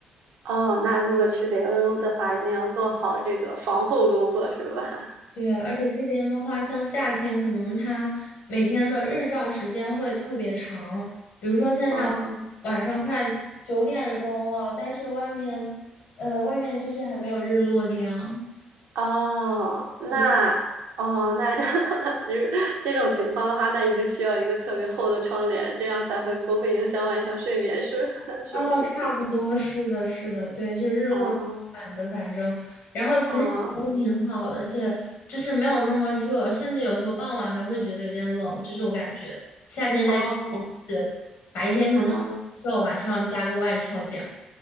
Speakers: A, on the right; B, on the left.
A: 哦，那如果去北欧的话，一定要做好这个防护工作，是吧？
B: 对，而且这边的话，像夏天，可能它每天的日照时间会特别长，比如说现在
A: <laughs> 哦。
B: 晚上快九点钟了，但是外面，呃，外面就是还没有日落这样。
A: 哦，那哦，
B: 对。
A: 那 <laughs> 你这种情况的话，那你就需要一个特别厚的窗帘，这样才会不会影响晚上睡眠，是 <laughs> 是不是？
B: 哦，差不多，
A: <laughs>
B: 是的，是的，对，就是日落版的，
A: 哦
B: 反正，然后其他的都挺好的，
A: 哦
B: 而且就是没有那么热，甚至有时候傍晚还会觉得有点冷，就是我感觉夏天在这边是白天可能是袖，
A: 哦哦
B: 晚上加个外套这样。